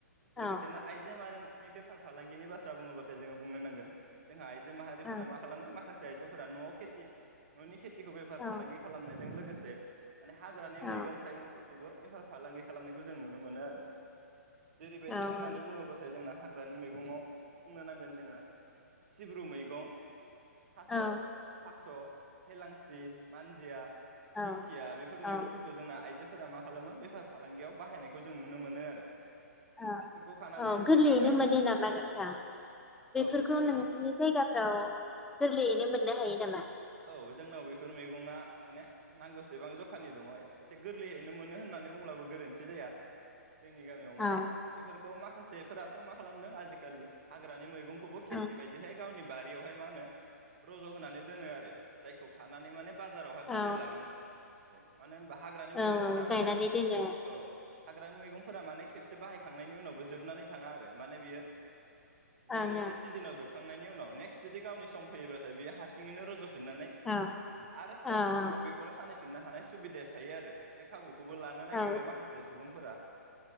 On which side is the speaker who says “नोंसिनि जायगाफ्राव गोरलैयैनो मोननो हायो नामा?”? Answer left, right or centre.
Centre